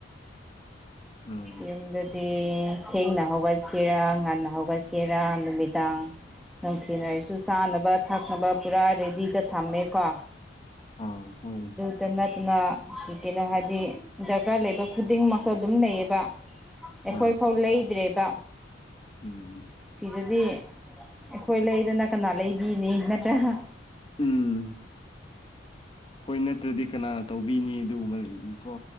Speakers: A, on the left (about 30°); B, in the centre.
A: ꯑꯥ
B: ꯌꯨꯝꯗꯗꯤ ꯊꯦꯡꯅ ꯍꯧꯒꯠꯈꯤꯦꯔ ꯉꯟꯅ ꯍꯧ ꯀꯦꯔꯥ ꯅꯨꯃꯤꯗꯥꯡ ꯅꯨꯡꯊꯤꯅꯔꯁꯨ ꯆꯥꯅꯕ ꯊꯛꯅꯕ ꯄꯨꯔꯥ ꯔꯦꯗꯤꯗ ꯊꯝꯃꯦꯀꯣ
A: ꯎꯝ ꯍꯣꯏ
B: ꯗ ꯅꯠꯇꯅ ꯀꯩꯅꯣ ꯍꯥꯏꯗꯤ ꯗꯔꯀꯥꯔ ꯂꯩꯕ ꯈꯨꯗꯤꯡꯃꯛꯇꯣ ꯑꯗꯨꯝ ꯂꯩꯌꯦꯕ
A: ꯍꯣꯏ
B: ꯑꯩꯈꯣꯏ ꯐꯥꯎ ꯂꯩꯗ꯭ꯔꯦꯕ
A: ꯎꯝ
B: ꯁꯤꯗꯗꯤ ꯑꯩꯈꯣꯏ ꯂꯩꯗꯅ ꯀꯅꯥ ꯂꯩꯕꯤꯅꯤ ꯅꯠꯇ꯭ꯔꯒ
A: ꯎꯝ ꯍꯣꯏ ꯅꯠꯇ꯭ꯔꯗꯤ ꯀꯅꯥꯅ ꯇꯧꯕꯤꯅꯤ ꯑꯗꯨꯒꯨꯝꯕ ꯂꯩꯅꯤꯀꯣ